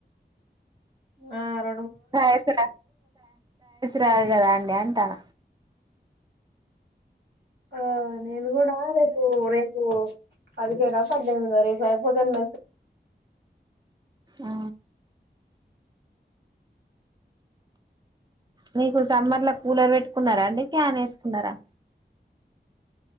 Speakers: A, on the right; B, on the right.
A: ఆ ర
B: <unintelligible> రాదు కదా అండి అంటాన
A: ఆ నేను కూడా రేపు రేపు పదిహేడో పద్దెమిది రేపు అయిపోయింది అన్ని మెసేజ్
B: ఆ మీకు సమ్మర్ లో కూలర్ పెట్టుకున్నారా అండి ఫ్యాన్ వేసుకున్నారా